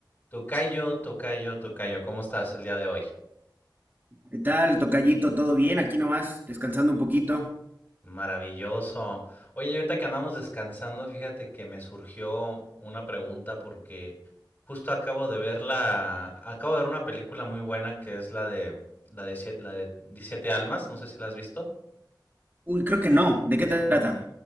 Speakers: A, on the left (about 25°); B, on the right (about 25°).
A: Tocayo, tocayo, tocayo, ¿cómo estás el día de hoy?
B: ¿Qué tal, tocallito? ¿Todo bien? Aquí nomás, descansando un poquito.
A: Maravilloso. Oye, ahorita que andamos descansando, fíjate que me surgió una pregunta porque justo acabo de ver la, acabo de ver una película muy buena que es la de, la de, siete la de 17 almas, no sé si la has visto,
B: Uy, creo que no. ¿De qué trata?
A: ¿no?